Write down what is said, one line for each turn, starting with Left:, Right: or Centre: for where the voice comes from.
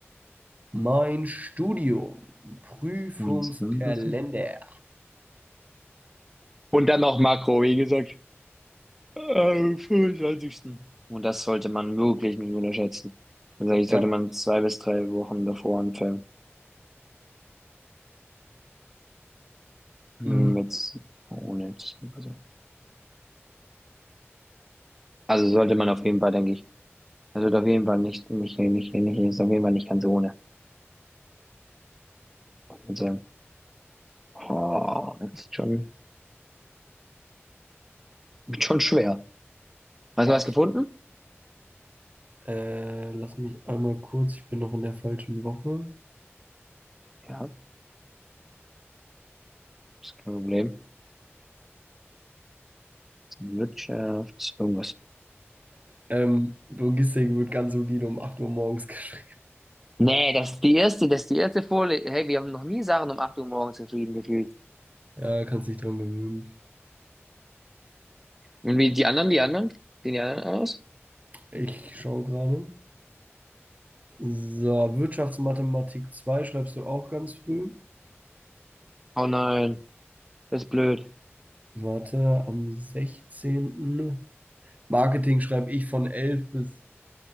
Right: mein Studium, Prüfungskalender.
Centre: Und zusammenfassen. Und dann noch Makro, wie gesagt, am 25. Und das sollte man wirklich nicht unterschätzen. Also ich
Right: Ja,
Centre: sollte man zwei bis drei Wochen davor anfangen. Mit,
Right: mm,
Centre: ohne, also, also sollte man auf jeden Fall, denke ich. Also auf jeden Fall nicht, nicht, nicht, nicht, ist auf jeden Fall nicht ganz ohne. Und sagen, oh, das ist schon, wird schon schwer. Hast
Right: darfst.
Centre: du was gefunden?
Right: Äh, lass mich einmal kurz, ich bin noch in der falschen Woche.
Centre: Ja, ist kein Problem. Wirtschafts, irgendwas.
Right: Ähm, Logistik wird ganz solide um 8 Uhr morgens <laughs> geschrieben.
Centre: Nee, das ist die erste, das ist die erste Folie. Hey, wir haben noch nie Sachen um 8 Uhr morgens geschrieben, gefühlt.
Right: Ja, kannst dich dran gewöhnen.
Centre: Und wie die anderen, die anderen? Sehen die anderen aus?
Right: Ich schaue gerade. So, Wirtschaftsmathematik 2 schreibst du auch ganz früh.
Centre: Oh nein, das ist blöd.
Right: Warte, am sechzehnten Marketing schreibe ich von 11 bis,